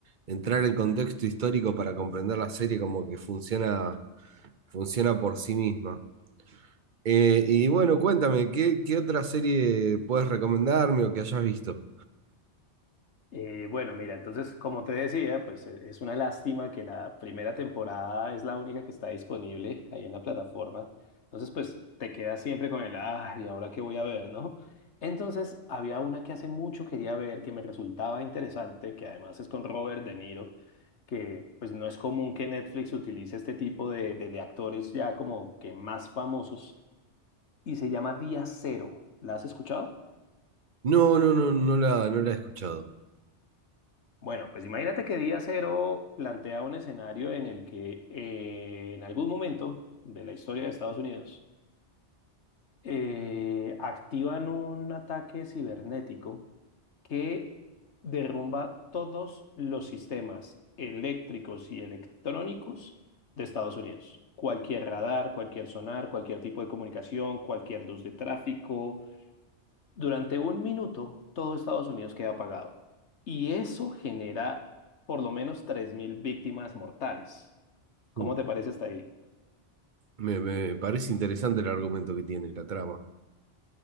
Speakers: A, on the right (about 45°); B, on the left (about 70°).
A: entrar en contexto histórico para comprender la serie, como que funciona, funciona por sí misma. Eh, y bueno, cuéntame, ¿qué, qué otra serie puedes recomendarme o que hayas visto?
B: Eh, bueno, mira, entonces, como te decía, pues e- es una lástima que la primera temporada es la única que está disponible ahí en la plataforma. Entonces, pues te quedas siempre con el, ah, ¿y ahora qué voy a ver, no? Entonces, había una que hace mucho quería ver, que me resultaba interesante, que además es con Robert De Niro, que pues no es común que Netflix utilice este tipo de, de de actores ya como que más famosos, y se llama Día Cero. ¿La has escuchado?
A: No, no, no, no la, no la he escuchado.
B: Bueno, pues imagínate que Día Cero plantea un escenario en el que eh, en algún momento de la historia de Estados Unidos eh, activan un ataque cibernético que derrumba todos los sistemas eléctricos y electrónicos de Estados Unidos. Cualquier radar, cualquier sonar, cualquier tipo de comunicación, cualquier luz de tráfico, durante un minuto, todo Estados Unidos queda apagado. Y eso genera por lo menos 3.000 víctimas mortales. ¿Cómo
A: Mm.
B: te parece hasta ahí?
A: Me, me parece interesante el argumento que tiene, la trama.